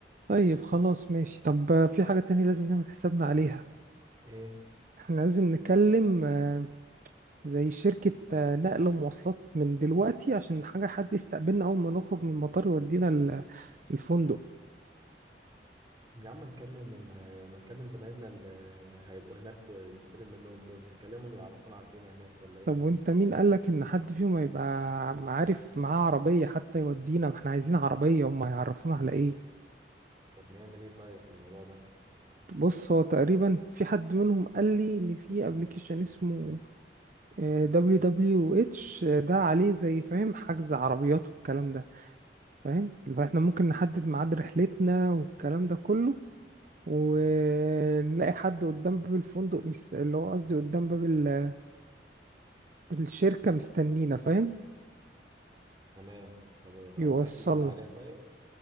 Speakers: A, on the right; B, on the right.
A: طيب خلاص ماشي طب آه، في حاجة تانية لازم نعمل حسابنا عليها
B: ايه
A: احنا لازم نكلم آه، زي شركة آه، نقل ومواصلات من دلوقتي عشان حاجة حد يستقبلنا أول ما نخرج من المطار يودينا ال- الفندق
B: يا عم نكلم ما ما نكلم زمايلنا اللي هيبقوا هناك ونستلم منهم دول نكلمهم يعرفونا على الدنيا هناك ولا ايه
A: طب وانت مين قالك ان حد فيهم هيبقى عارف معاه عربية حتى يودينا ما احنا عايزين عربية هم هيعرفونا على ايه
B: طب نعمل ايه طيب في الموضوع ده مم،
A: بص هو تقريبا في حد منهم قال لي ان في ابلكيشن اسمه آه، WWH آه، ده عليه زي فاهم حجز عربيات والكلام ده فاهم اللي هو احنا ممكن نحدد ميعاد رحلتنا والكلام ده كله ونلاقي حد قدام باب الفندق مس- اللي هو قصدي قدام باب ال- الشركة مستنينا فاهم
B: تمام طب هتحجز
A: يوصلنا
B: من عليها طيب